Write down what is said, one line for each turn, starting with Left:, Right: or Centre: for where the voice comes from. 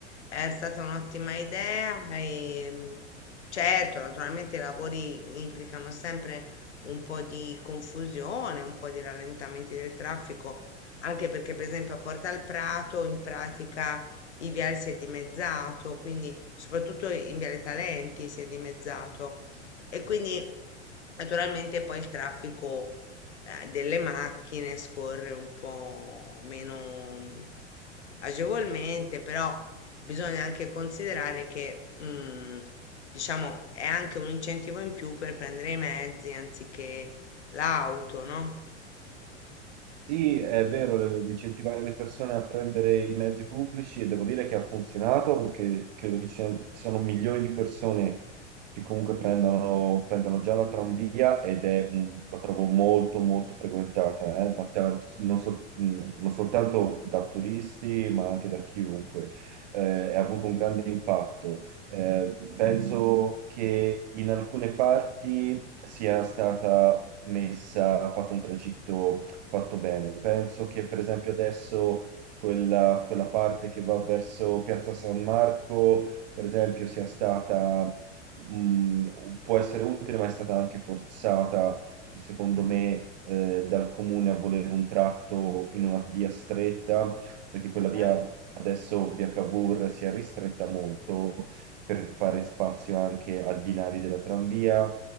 Left: è stata un'ottima idea e Certo, naturalmente i lavori implicano sempre un po' di confusione, un po' di rallentamenti del traffico, anche perché per esempio a Porta al Prato in pratica il viale si è dimezzato, quindi soprattutto in Viale Talenti si è dimezzato e quindi naturalmente poi il traffico eh, delle macchine scorre un po' meno, agevolmente, però bisogna anche considerare che, mm, diciamo, è anche un incentivo in più per prendere i mezzi anziché l'auto, no?
Right: Sì, è vero, le- incentivare le persone a prendere i mezzi pubblici e devo dire che ha funzionato perché credo che ci siano, ci sono milioni di persone che comunque prendono, prendono già la tranvia ed è, un- la trovo molto molto frequentata, eh, ma tanto- non, sol- mh, non soltanto da turisti ma anche da chiunque. Eh, ha avuto un grande impatto. Eh, penso che in alcune parti sia stata messa, fatto un tragitto fatto bene. Penso che per esempio adesso quella, quella parte che va verso Piazza San Marco, per esempio, sia stata, mh, può essere utile, ma è stata anche forzata, secondo me, eh, dal comune a volere un tratto in una via stretta, perché quella via
Left: Eh?
Right: adesso, via Cavour, si è ristretta molto per fare spazio anche ai binari della tranvia